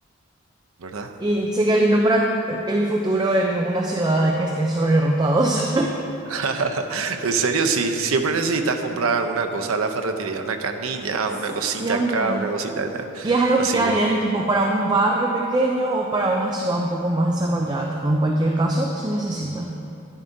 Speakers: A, on the right; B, on the right.
A: ¿verdad?
B: Y sería lindo para el futuro en una ciudad de que esté sobre rotados
A: <laughs> En serio, sí, siempre necesitas comprar alguna cosa a la ferretería, una canilla,
B: <laughs> Sí,
A: una cosita
B: siempre.
A: acá, una cosita allá.
B: Y es algo
A: Así
B: que queda
A: mismo.
B: bien, tipo, para un barrio pequeño o para una ciudad un poco más desarrollada. Tipo, en cualquier caso, se necesita.